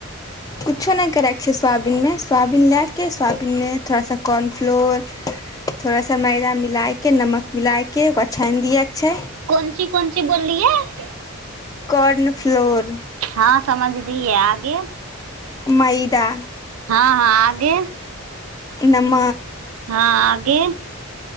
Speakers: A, on the left; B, on the right.
A: कुछो नहि करैके छै सोाबीनमे सोयाबीन लएके सोयाबीन थोड़ा सा कॉर्न फ्लोर थोड़ा सा मैदामे लिलाइके नमक मिल के ओकरा छानि दियए के छै
B: कोन ची कोन ची बोलली है
A: कॉर्न फ्लोर
B: हँ समझ दीऐै आगे
A: म मैदा
B: हँ हँ आगे
A: नाम
B: हँ आगे